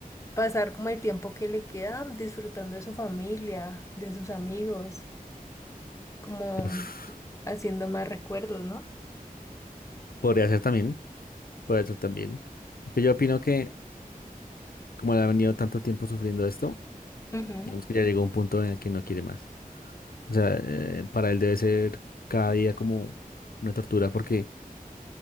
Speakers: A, on the left; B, on the left.
A: pasar como el tiempo que le queda disfrutando de su familia, de sus amigos, como
B: uf.
A: haciendo más recuerdos, ¿no?
B: Podría ser también, podría ser también. Aunque yo opino que como le ha venido tanto tiempo sufriendo esto,
A: Ujú.
B: digamos que ya llegó a un punto en el que no quiere más. O sea, eh, para él debe ser cada día como una tortura porque